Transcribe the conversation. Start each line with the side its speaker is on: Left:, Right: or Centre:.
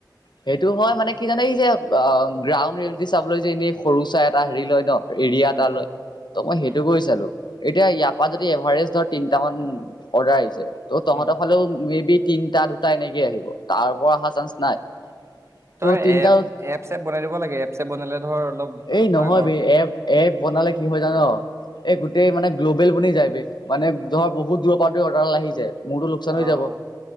Left: সেইটো হয় মানে কি জানে এই যে অ'। গ্ৰাউণ্ড ৰিয়েলিটি চাবলৈ যে এনেই সৰু চৰাই এটা হেৰি লয় ন'। এৰিয়া
Right: উম,
Left: এটা লয় ত মই সেইটো
Right: উম,
Left: কৰি চালো। এতিয়া ইয়াৰ পৰা যদি এভাৰেজ ধৰ তিনিটামান অৰ্ডাৰ আহিছে। ত' তহঁতৰ
Right: উম।
Left: ফালেও মে বি তিনটা দুটা এনেকে আহিব, তাৰ পৰা অহা চান্স নাই। ত'
Right: তই
Left: তিনিটা
Right: এপ এপ চেপ বনাই দিব লাগে এপ চেপ বনালে ধৰ অলপ
Left: এই নহয়
Right: ডাঙৰকে
Left: বে এ এপ বনালে কি হয় জান এই
Right: উম
Left: গোটেই মানে গ্ল' বেল বনি যায় মানে ধৰ বহুত দূৰ পৰা অৰ্ডাৰাল আহি যায়। মূৰতো লোকচান
Right: অ'
Left: হৈ যাব